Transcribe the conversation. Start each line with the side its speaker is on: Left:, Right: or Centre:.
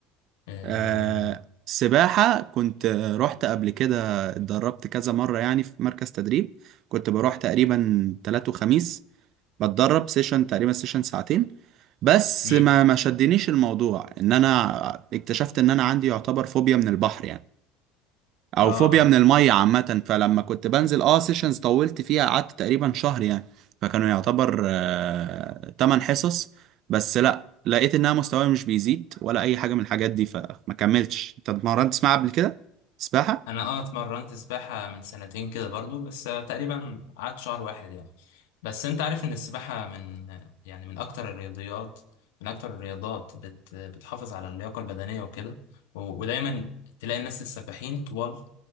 Left: اه
Right: آه سباحة كنت رحت قبل كده اتدربت كذا مرة يعني في مركز تدريب كنت بروح تقريبا تلات وخميس بتدرب سيشن تقريبا سيشن ساعتين بس
Left: مم.
Right: ما ما شدنيش الموضوع ان انا اكتشفت ان انا عندي يعتبر فوبيا من البحر يعني او
Left: اه
Right: فوبيا
Left: آه.
Right: من الميه عامه فلما كنت بنزل اه سيشنز طولت فيها قعدت تقريبا شهر يعني فكانوا يعتبر آه 8 حصص بس لا لقيت انها مستواي مش بيزيد ولا اي حاجه من الحاجات دي فما كملتش انت اتمرنت سباحه قبل كده سباحه
Left: انا اه اتمرنت سباحة من سنتين كده برضو بس تقريبا قعدت شهر واحد يعني بس انت عارف ان السباحة من يعني من اكتر الرياضيات من اكتر الرياضات بت بتحافظ على اللياقة البدنية وكده و- ودايما تلاقي الناس السباحين طوال